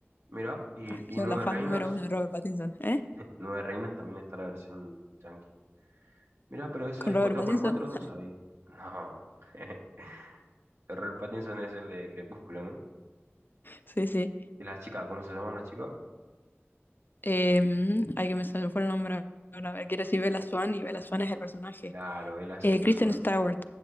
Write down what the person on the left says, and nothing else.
Ah,
yo
la fan
número uno de Robert Pattinson, ¿eh?
Con
Robert
Pattinson.
<laughs>
Sí, sí.
Em, ay, que me salió fue el nombre ahora. A ver, quiere decir Bella Swan y Bella Swan es el personaje.
Eh,
Kristen Stewart.